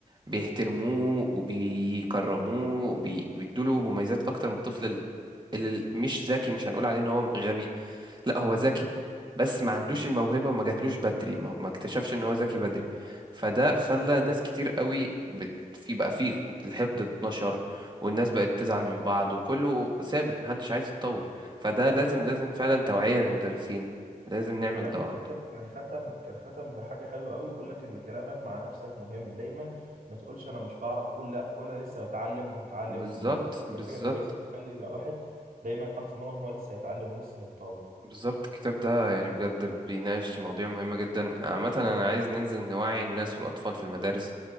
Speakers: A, on the right; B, on the right.
A: بيحترموه وبيكرموه وبي... بيدوله مميزات اكتر من الطفل ال- اللي مش ذكي مش هنقول عليه ان هو غبي لا هو ذكي بس ما عندوش الموهبة وما جاتلوش بدري ما, ما اكتشفش ان هو ذكي بدري فده خلى
B: بالظبط
A: ناس كتير قوي بت... في بقى في الحقد اتنشر والناس بقت تزعل من بعض وكله ثابت محدش عايز يتطور فده
B: وكمان
A: لازم لازم فعلا توعية للمدرسين لازم نعمل
B: وكمان
A: دورات
B: الكتاب كان ختم كان ختم بحاجه حلوه قوي بيقول لك ان كلامك مع نفسك مهم دايما ما تقولش انا مش بعرف قول لا قول انا لسه بتعلم وهتعلم
A: بالظبط
B: جديد فدي
A: بالظبط
B: حاجه كويسه تخلي الواحد دايما حاطط في دماغه ان هو لسه هيتعلم ولسه هيتطور
A: بالظبط الكتاب ده يعني بجد بيناقش مواضيع مهمة جدا عامة أنا عايز ننزل نوعي الناس والأطفال في المدارس